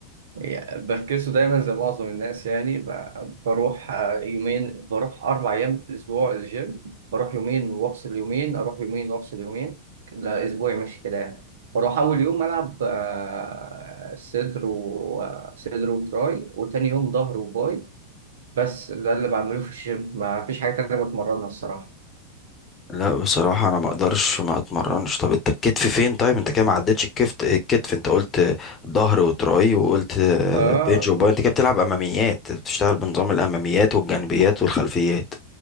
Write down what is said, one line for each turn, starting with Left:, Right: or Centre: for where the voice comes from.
Right: يعني بفكسه دايما زي معظم الناس يعني ب- بروح آه، يومين بروح اربع ايام في الاسبوع الجيم بروح يومين وافصل يومين اروح يومين وافصل يومين ده اسبوعي ماشي كده يعني بروح اول يوم العب آه، صدر وصدر وتراي وتاني يوم ظهر وباي بس ده اللي بعمله في الجيم ما فيش حاجه تانيه بتمرنها الصراحه
Left: لا بصراحة أنا ما أقدرش ما أتمرنش طب أنت الكتف فين طيب أنت كده ما عدتش الكتف الكتف أنت قلت ظهر وتراي وقلت
Right: اه
Left: بنج وباي أنت كده بتلعب أماميات بتشتغل بنظام الأماميات والجانبيات والخلفيات